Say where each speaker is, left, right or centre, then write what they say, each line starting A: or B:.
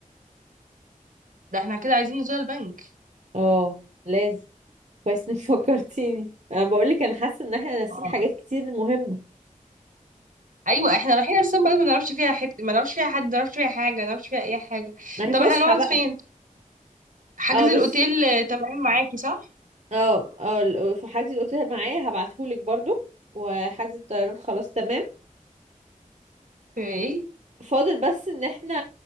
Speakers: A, on the right; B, on the right.
A: ده احنا كده عايزين نزور البنك
B: اه لازم كويس انك <laughs> فكرتيني انا بقول لك انا حاسه ان احنا ناسيين
A: اه
B: حاجات كتير مهمه
A: ايوه احنا رايحين اصلا بلد ما نعرفش فيها حته ما نعرفش فيها حد ما نعرفش فيها حاجه ما نعرفش فيها اي حاجه
B: ما هي
A: طب
B: فسحه
A: احنا نقعد
B: بقى
A: فين حجز
B: اه بصي
A: الاوتيل آه، تمام معاكي صح
B: اه اه ال- آه، في حجز الاوتيل معايا هبعتهولك برضو وحجز الطيران خلاص تمام
A: في ايه
B: فاضل بس ان احنا